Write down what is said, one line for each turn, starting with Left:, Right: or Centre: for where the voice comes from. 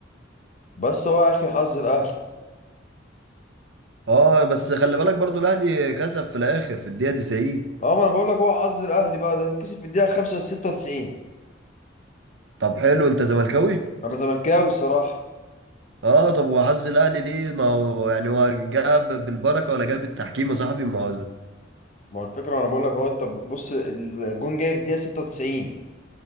Left: بس هو يا اخي حظ الاهلي
Right: اه بس خلي بالك برضو الاهلي كسب في الاخر في الدقيقة 90
Left: اه ما انا بقول لك هو حظ الاهلي بقى ده كسب في الدقيقه 95
Right: طب حلو انت زملكاوي
Left: انا زملكاوي الصراحه
Right: اه طب وحظ الاهلي ليه ما هو يعني هو جاب بالبركة ولا جاب التحكيم يا صاحبي ما هو
Left: ما هو الفكره انا بقول لك هو انت بص الجون جاي في الدقيقه 96